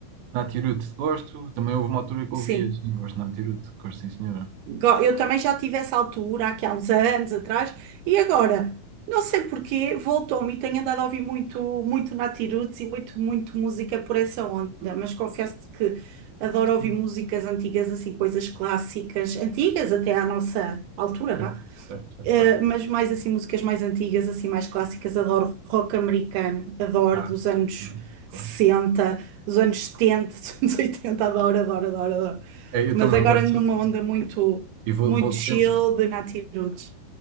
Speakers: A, on the right; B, on the right.
A: Nath Hiruto, gosto. Também houve uma altura que
B: Sim.
A: ouvia, sim, gosto de Nath Hiruto, gosto sim, senhora.
B: Go- Eu também já tive essa altura, aqui há uns anos atrás, e agora, não sei porquê, voltou-me e tenho andado a ouvir muito, muito Nati Roots e muito, muito música por essa onda, mas confesso-te que adoro ouvir
A: Sim,
B: músicas antigas, assim, coisas clássicas, antigas até à nossa altura,
A: certo,
B: vá.
A: certo, certo,
B: Eh,
A: pá.
B: mas mais assim, músicas mais antigas, assim, mais clássicas, adoro rock americano, adoro
A: Ah,
B: dos anos
A: também, claro.
B: 60 dos anos 70 <laughs> dos anos 80 adoro, adoro, adoro, adoro.
A: É, eu
B: Mas
A: também
B: agora
A: gosto
B: ando
A: sempre.
B: numa onda muito,
A: E vou,
B: muito
A: volto
B: chill
A: sempre.
B: de Nati Roots.